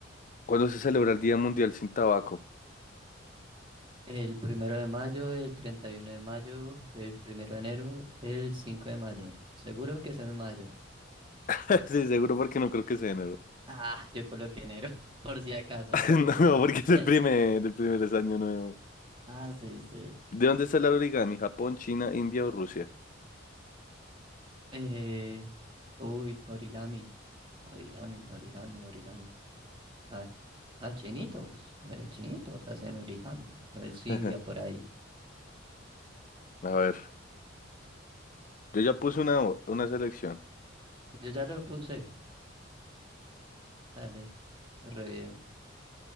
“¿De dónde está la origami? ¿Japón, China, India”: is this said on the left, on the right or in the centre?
Left